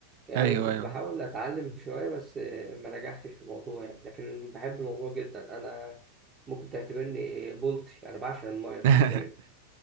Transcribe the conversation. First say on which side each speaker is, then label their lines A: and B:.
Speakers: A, on the right; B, on the right.
A: يعني
B: ايوه
A: كنت
B: ايوه
A: بحاول اتعلم شويه بس آه، ما نجحتش في الموضوع يعني لكن بحب الموضوع جدا انا ممكن تعتبرني بولتي انا بعشق الميه
B: <laughs>
A: حرفيا